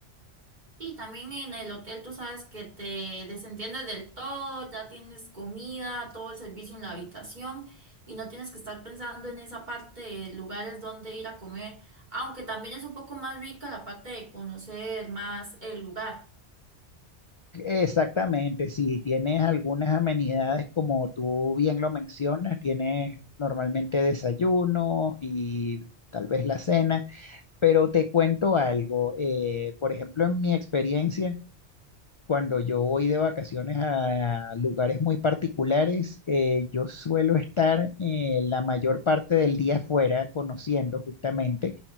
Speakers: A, on the right (about 40°); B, on the left (about 50°).
A: Y también en el hotel tú sabes que te desentiendes del todo, ya tienes comida, todo el servicio en la habitación y no tienes que estar pensando en esa parte de lugares donde ir a comer, aunque también es un poco más rica la parte de conocer más el lugar.
B: Exactamente, si tienes algunas amenidades como tú bien lo mencionas, tienes normalmente desayuno y tal vez la cena, pero te cuento algo, eh, por ejemplo, en mi experiencia, Cuando yo voy de vacaciones a lugares muy particulares, eh, yo suelo estar eh, la mayor parte del día afuera conociendo justamente